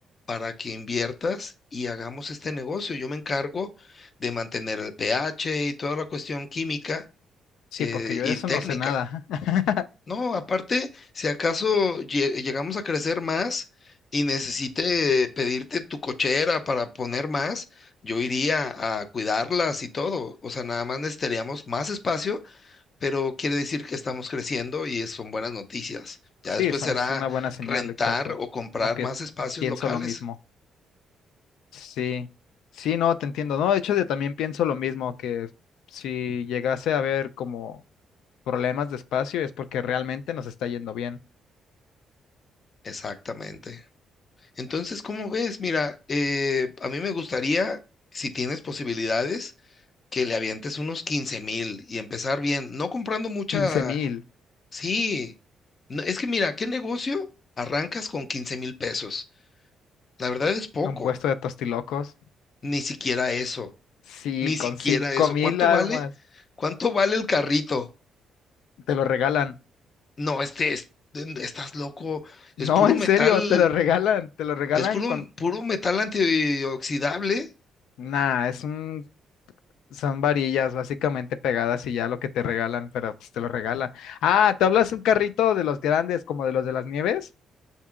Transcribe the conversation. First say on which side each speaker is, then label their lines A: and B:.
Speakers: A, on the left (about 40°); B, on the left (about 80°).
A: para que inviertas y hagamos este negocio. Yo me encargo de mantener el pH y toda la cuestión química
B: Sí,
A: eh,
B: porque yo
A: y
B: de eso
A: técnica.
B: no sé nada. <laughs>
A: No, aparte, si acaso lle- llegamos a crecer más y necesite pedirte tu cochera para poner más, yo iría a cuidarlas y todo. O sea, nada más necesitaríamos más espacio, pero quiere decir que estamos creciendo y es- son buenas noticias. Ya
B: Sí,
A: después
B: eso
A: será
B: es una buena señal,
A: rentar
B: exacto.
A: o comprar
B: Aunque
A: más espacios
B: pienso
A: locales.
B: lo mismo. Sí, sí, no, te entiendo. No, de hecho, yo también pienso lo mismo, que si llegase a haber como problemas de espacio es porque realmente nos está yendo bien.
A: Exactamente. Entonces, ¿cómo ves? Mira, eh, a mí me gustaría, si tienes posibilidades, que le avientes unos quince mil y empezar bien, no comprando mucha,
B: quince mil,
A: sí, no, es que mira, ¿qué negocio arrancas con quince mil pesos? La verdad es poco,
B: un puesto de tostilocos.
A: ni siquiera eso,
B: Sí,
A: ni siquiera
B: con cinco
A: eso.
B: mil
A: ¿Cuánto
B: armas.
A: vale? ¿Cuánto vale el carrito?
B: Te lo regalan.
A: No, este, es- estás loco,
B: No,
A: es puro
B: en
A: metal,
B: serio, te lo regalan. Te lo regalan
A: es puro,
B: con...
A: puro metal antioxidable.
B: Nah, es un Son varillas básicamente pegadas y ya lo que te regalan, pero pues te lo regalan. Ah, ¿tú hablas de un carrito de los grandes, como de los de las nieves?